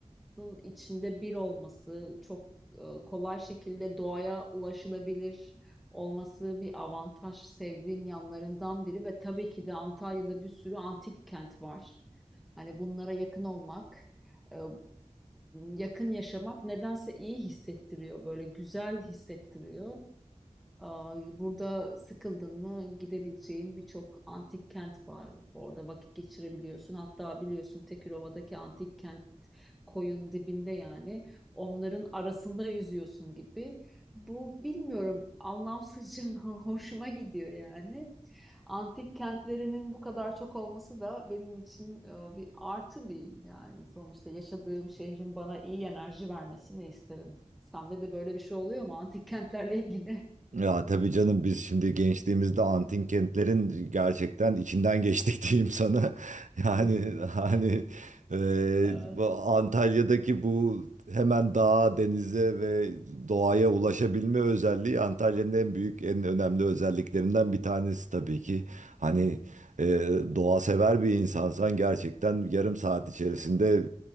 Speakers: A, in the centre; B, on the right.
A: Bunun içinde bir olması, çok e, kolay şekilde doğaya ulaşılabilir olması bir avantaj sevdiğim yanlarından biri ve tabii ki de Antalya'da bir sürü antik kent var. Hani bunlara yakın olmak, e, yakın yaşamak nedense iyi hissettiriyor, böyle güzel hissettiriyor. Aa, Burada sıkıldın mı gidebileceğin birçok antik kent var. Orada vakit geçirebiliyorsun. Hatta biliyorsun Tekirova'daki antik kent koyun dibinde yani. Onların arasında yüzüyorsun gibi. Bu bilmiyorum anlamsızca <laughs> hoşuma gidiyor yani. Antik kentlerinin bu kadar çok olması da benim için e, bir artı diyeyim yani. Sonuçta yaşadığım şehrin bana iyi enerji vermesini isterim. Sende de böyle bir şey oluyor mu antik kentlerle ilgili?
B: Ya tabii canım biz şimdi gençliğimizde antin kentlerin gerçekten içinden geçtik <laughs> diyeyim sana. Yani
A: <laughs>
B: hani e,
A: Evet,
B: bu Antalya'daki bu hemen dağa, denize ve doğaya ulaşabilme özelliği Antalya'nın en büyük, en önemli özelliklerinden bir tanesi tabii ki. Hani e, doğa sever bir insansan gerçekten yarım saat içerisinde